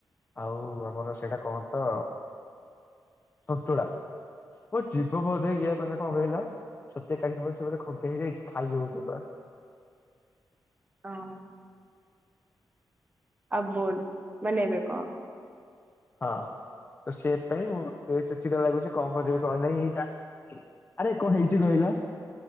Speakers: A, on the left; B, on the right.
A: ଆଉ ଆମର ସେଇଟା କଣ ତ ସନ୍ତୁଳା। ଓ ଯିବ ବୋଧ ଇଏ ମାନେ କଣ କହିଲ ଛତିଆ କାଳୀ ଙ୍କ ପାଖେ ସିଏ ବଧେ ଖ ହେଇ ଯାଇଚି ଖାଇହଉନି ପା।
B: ହଁ। ଅବ୍ ବୋଲ୍ ମାନେ ଏବେ କଅ?
A: ହଁ। ତ ସେଇଥିପାଇଁ ମୁଁ ଟିକେ ଚିଡ ଚିଡା ଲାଗୁଛି କଣ କରିବି କଣ ନାହିଁ <unintelligible> ଆରେ କଣ ହେଇଚି କହିଲ?